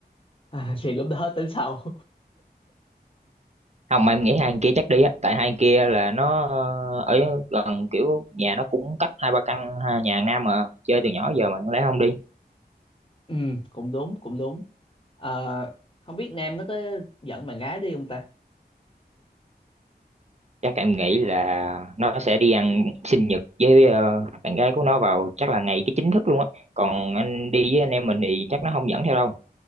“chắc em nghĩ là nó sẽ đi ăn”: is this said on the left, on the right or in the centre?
Right